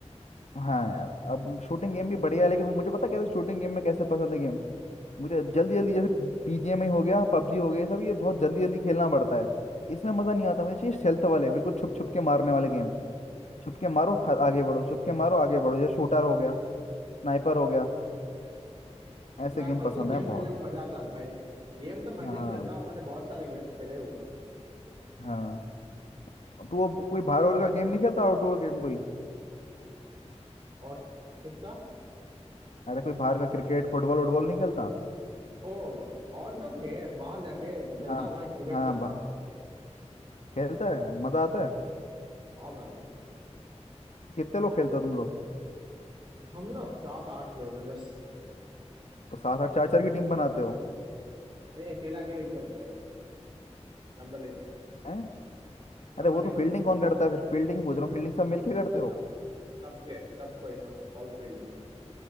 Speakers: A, on the left (about 75°); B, on the right (about 45°).
A: हाँ यार अब शूटिंग गेम भी बढ़िया है लेकिन मुझे पता कैसे शूटिंग गेम में कैसे पसंद है गेम मुझे जल्दी जल्दी जैसे बीजीएमआई हो गया पबजी हो गया ये सब ये बहुत जल्दी जल्दी खेलना पड़ता है इसमें मज़ा नहीं आता मुझे चाहिए stealth वाले बिल्कुल छुप छुप के मारने वाले गेम छुपके मारो ख- आगे बढ़ो छुपके मारो आगे बढ़ो जैसे शूटर हो गया स्नाइपर हो गया
B: स्नाइपर
A: ऐसे गेम
B: वाले
A: पसंद
B: गेम
A: है
B: खेलने
A: बहुत
B: में मजा आता है भाई गेम तो मैं
A: हाँ
B: भी खेलता हूँ मैंने बहुत सारे गेम खेले हुए हैं
A: हाँ तो वो ब- कोई बाहर और का गेम नहीं खेलता आउटडोर गेम कोई
B: और किसका
A: अरे कोई बाहर का क्रिकेट फुटबॉल वुटबॉल नहीं खेलता
B: ओ आउटडोर गेम बाहर जाके खेलता
A: हाँ
B: हूँ भाई क्रिकेट
A: हाँ
B: खेलता
A: बा-
B: हूँ
A: खेलता है मजा आता है
B: हाँ भाई
A: कितने लोग खेलते हो तुम लोग
B: हम लोग सात आठ लोग हैं बस
A: तो सात आठ चार चार की टीम बनाते हो
B: नहीं अकेला अकेले खेलते हैं Numbering
A: हैं अरे
B: numbering
A: वो तो फील्डिंग
B: numbering
A: कौन करता है फिर फील्डिंग पूछ रहा हूँ फील्डिंग सब मिलके करते हो
B: सब सबके सबको ही, हाँ ऑल फील्डिंग